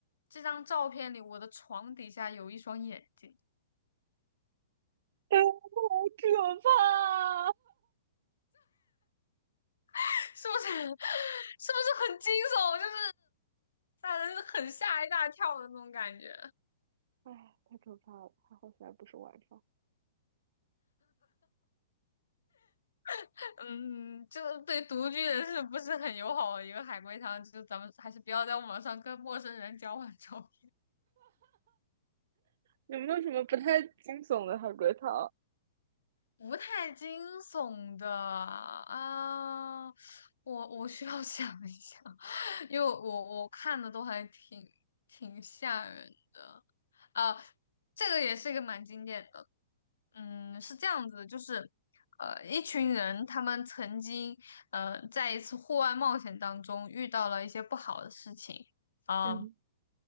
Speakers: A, on the left (about 85°); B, on the right (about 60°).
A: 这张照片里，我的床底下有一双眼睛，
B: 哎好可怕
A: <laughs> 是不是？<laughs> 是不是很惊悚？就是让人很吓一大跳的那种感觉。
B: <laughs> 哎，太可怕了！还好现在不是晚上。
A: <laughs> 嗯，就是对独居人士不是很友好的一个海龟汤，就是咱们还是不要在网上跟陌生人交换照
B: 有没有什么不太惊悚的海龟汤？
A: 不太惊悚的啊，我我需要 <laughs> 想一想，<laughs> 因为我我看的都还挺挺吓人的啊。这个也是一个蛮经典的，嗯，是这样子的就是呃，一群人他们曾经呃在一次户外冒险当中遇到了一些不好的事情啊，
B: 嗯，